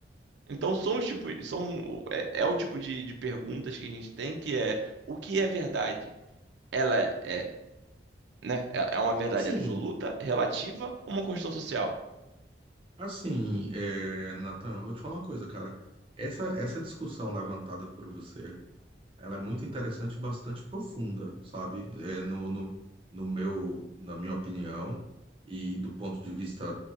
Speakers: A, on the right; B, on the right.
A: Então são os tipos, são é, é o tipo de, de perguntas que a gente tem que é o que é verdade? Ela é, é, né? É é uma verdade
B: Assim,
A: absoluta, relativa, ou uma construção social.
B: assim, é, Nathan, eu vou te falar uma coisa, cara. Essa, essa discussão levantada por você Ela é muito interessante e bastante profunda, sabe? É, no, no, no meu, na minha opinião, e do ponto de vista